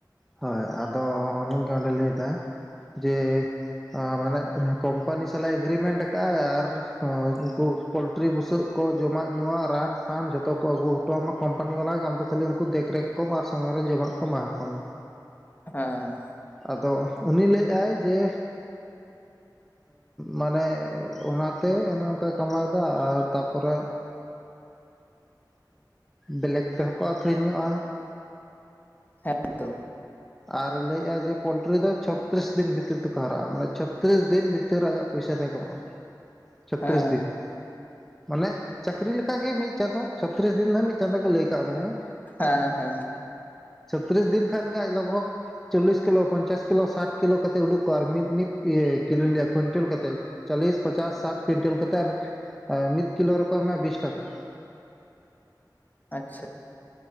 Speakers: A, in the centre; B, on the left.
A: ᱦᱳᱭ ᱟᱫᱚ ᱩᱱᱤ ᱜᱮ ᱚᱸᱰᱮᱭ ᱞᱟᱹᱭᱮᱫᱟ ᱡᱮ ᱢᱟᱱᱮ ᱠᱚᱢᱯᱟᱱᱤ ᱥᱟᱞᱟᱜ ᱮᱜᱽᱨᱤᱢᱮᱱᱴ ᱟᱠᱟᱫ ᱟᱭ ᱟᱨ ᱩᱱᱠᱩ ᱯᱳᱞᱴᱨᱤ ᱵᱩᱥᱟᱹᱜ ᱠᱚ ᱡᱚᱢᱟᱜ ᱧᱩᱣᱟᱜ ᱨᱟᱱ ᱯᱷᱟᱱ ᱡᱷᱚᱛᱚ ᱠᱚ ᱟᱹᱜᱩ ᱦᱚᱴᱚᱣᱟᱢᱟ ᱠᱳᱢᱯᱟᱱᱤ ᱵᱟᱞᱟᱜ ᱜᱮ ᱟᱢᱫᱚ ᱠᱷᱟᱹᱞᱤ ᱩᱱᱠᱩ ᱫᱮᱠ ᱛᱨᱮᱠ ᱠᱚᱢ ᱟᱨ ᱥᱚᱢᱚᱭ ᱨᱮ ᱡᱚᱢᱟᱜ ᱠᱚ ᱮᱢᱟ ᱠᱚᱢ
B: ᱦᱮᱸ
A: ᱟᱫᱚ ᱩᱱᱤ ᱞᱮᱭᱟᱭ ᱡᱮ ᱢᱟᱱᱮ ᱚᱱᱟᱛᱮ ᱚᱱᱮ ᱚᱱᱠᱟᱭ ᱠᱟᱢᱟᱣᱮᱫᱫᱟ ᱟᱨ ᱛᱟᱨᱯᱚᱨᱮ ᱵᱮᱞᱮᱠ ᱛᱮᱦᱚᱸ ᱠᱚ ᱟᱠᱠᱷᱨᱤᱧᱚᱜᱼᱟ᱾
B: ᱦᱮᱸ ᱛᱚ
A: ᱟᱨ ᱞᱟᱹᱭᱮᱫᱼᱟ ᱡᱮ ᱯᱳᱚᱞᱴᱨᱤ ᱫᱚ ᱪᱷᱚᱛᱨᱤᱥ ᱫᱤᱱ ᱵᱷᱤᱛᱤᱨ ᱛᱮᱠᱚ ᱦᱟᱨᱟᱜᱼᱟ ᱢᱟᱱᱮ ᱪᱷᱚᱛᱨᱤᱥ ᱫᱤᱱ ᱵᱷᱤᱛᱤᱨ ᱟᱡᱟᱜ ᱯᱚᱭᱥᱟ ᱛᱟᱦᱮᱸ ᱠᱟᱢᱟᱼᱟ᱾ ᱪᱷᱚᱛᱨᱤᱥ
B: ᱦᱮᱸ
A: ᱫᱤᱱ ᱢᱟᱱᱮ ᱪᱟᱹᱠᱨᱤ ᱞᱮᱠᱟᱜᱮ ᱢᱤᱫ ᱪᱟᱸᱫᱚ ᱪᱷᱚᱛᱨᱤᱥ ᱫᱤᱱ ᱫᱚ ᱢᱤᱫ ᱪᱟᱸᱫᱚ ᱜᱮ ᱞᱟᱹᱭ ᱠᱟᱜ ᱢᱮ ᱦᱮᱸ
B: ᱦᱮᱸ ᱦᱮᱸ
A: ᱪᱷᱚᱛᱨᱤᱥ ᱫᱤᱱ ᱠᱷᱟᱱ ᱜᱮ ᱟᱡᱽ ᱞᱚᱜ ᱵᱷᱚᱜᱽ ᱪᱚᱞᱞᱤᱥ ᱠᱤᱞᱳ ᱯᱚᱧᱪᱟᱥ ᱠᱤᱞᱳ ᱥᱟᱴ ᱠᱤᱞᱳ ᱠᱟᱛᱮᱫ ᱩᱰᱩᱠ ᱠᱚᱜ ᱟᱨ ᱢᱤᱫ ᱠᱤᱞᱳ ᱠᱩᱭᱤᱱᱴᱮᱞ ᱠᱟᱛᱮᱫ ᱪᱚᱞᱞᱤᱥ ᱯᱚᱪᱟᱥ ᱥᱟᱴ ᱠᱩᱭᱤᱱᱴᱮᱞ ᱠᱟᱛᱮᱫ ᱟᱨ ᱢᱤᱫ ᱠᱤᱞᱳ ᱨᱮᱠᱚ ᱮᱢᱟᱭᱟ ᱵᱤᱥ ᱴᱟᱠᱟ
B: ᱟᱪᱪᱷᱟ